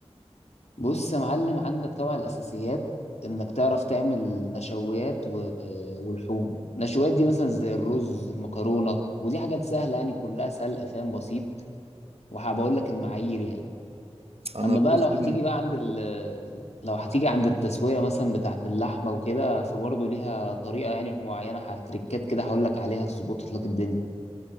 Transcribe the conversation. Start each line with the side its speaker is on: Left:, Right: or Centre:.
Left: بص يا معلم عندك طبعا الاساسيات انك تعرف تعمل نشويات و... والحوم نشويات دي مثلا زي الرز المكرونه ودي حاجات سهله يعني كلها سلق فاهم بسيط وهبقول لك المعايير يعني
Right: انا
Left: اما
Right: الرز
Left: بقى لو هتيجي
Right: من
Left: بقى عند ال لو هتيجي عند التسويه مثلا بتاعه اللحمه وكده فبرضه ليها طريقه يعني معينه هتريكات كده هقول لك عليها تظبط لك الدنيا